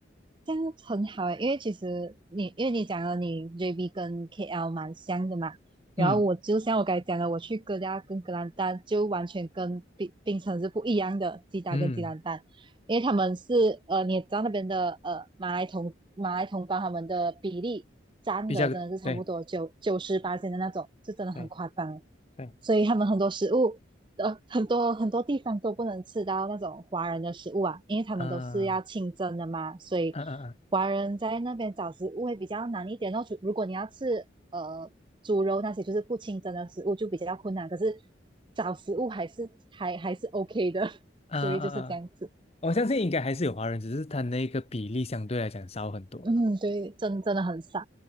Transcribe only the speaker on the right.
这样很好诶，因为其实你因为你讲了你 JB 跟 KL 蛮像的嘛，然后我就像我刚才讲的，
我去哥家跟格兰丹就完全跟冰冰城是不一样的，吉打跟吉兰丹，
因为他们是呃你也知道那边的呃马来同马来同胞他们的比例占的真的是差不多九九十八斤的那种，
就真的很夸张，
所以他们很多食物呃很多很多地方都不能吃到那种华人的食物啊，因为他们都是要清蒸的嘛，
所以
华人在那边找食物会比较难一点哦。除如果你要吃呃猪肉那些就是不清蒸的食物就比较困难，可是找食物还是还还是 OK 的，<laughs>
所以就是这样子。
嗯，对，真真的很少。